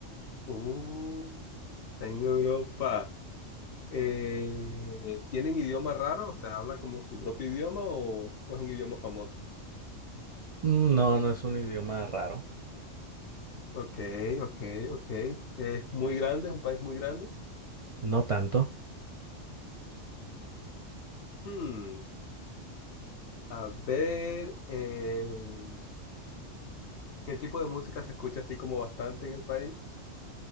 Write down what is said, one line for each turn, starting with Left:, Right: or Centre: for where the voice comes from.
Left: Uh, está en Europa. Eh, ¿tienen idioma raro? O sea, ¿habla como su propio idioma o o es un idioma famoso?
Right: Mm, No, no es un idioma raro.
Left: Ok, ok, ok. Es muy grande, es un país muy grande.
Right: No tanto.
Left: Hmm, A ver, eh, ¿qué tipo de música se escucha así como bastante en el país?